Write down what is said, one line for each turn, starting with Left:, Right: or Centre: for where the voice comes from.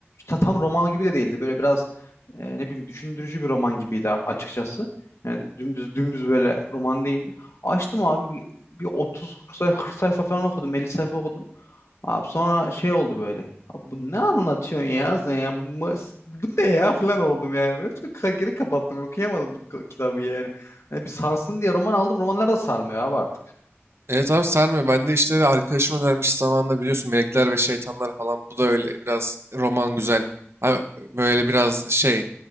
Left: ta- tam roman gibi de değildi. Böyle biraz e, ne bileyim düşündürücü bir roman gibiydi a- açıkçası. Yani dümdüz dümdüz böyle roman değildi. Açtım abi bir, bir 30 sayfa 40 sayfa falan okudum. 50 sayfa okudum. Abi sonra şey oldu böyle. Abi bu ne anlatıyorsun ya sen ya? Bu, bu ne ya falan oldum yani. Böyle ka- geri kapattım. Okuyamadım k- kitabı yani. Hani bir sarsın diye roman aldım. Romanlar da sarmıyor abi artık.
Right: Evet abi sarmıyor. Ben de işte arkadaşım önermiş zamanında biliyorsun Melekler ve Şeytanlar falan. Bu da öyle biraz roman güzel. Abi böyle biraz şey